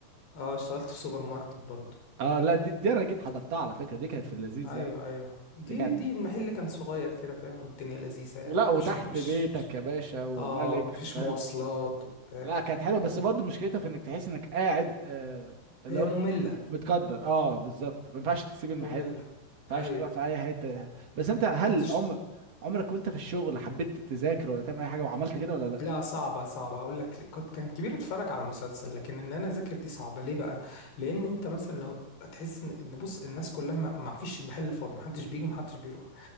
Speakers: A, on the left; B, on the right.
A: اه اشتغلت في سوبر ماركت برضو
B: اه لا دي, دي انا جيت حضرتها على فكره دي كانت في اللذيذ
A: ايوه
B: يعني
A: ايوه دي
B: دي كانت
A: دي المحل كان صغير كده فاهم والدنيا لذيذة يعني
B: ولا وتحت
A: مش مش
B: بيتك
A: مش-
B: يا باشا وملك
A: اه مفيش
B: فاهم
A: مواصلات وبتاع
B: لا كانت حلوه بس برضه مشكلتها في انك تحس انك قاعد آه لو
A: هي مملة
B: متقدر اه بالظبط ما ينفعش تسيب المحل
A: مملة
B: ما
A: ايوه
B: ينفعش تروح في اي حته بس انت هل
A: وكانت
B: عمر عمرك وانت في الشغل حبيت تذاكر ولا تعمل اي حاجه وعملت كده ولا لا
A: لا صعبة صعبة أقول لك ليه. كنت كان كبير أتفرج على مسلسل لكن إن أنا أذاكر دي صعبة ليه بقى؟ لأن أنت مثلا لو هتحس إن إن بص الناس كلها ما ما فيش المحل فاضي محدش بيجي ومحدش بيروح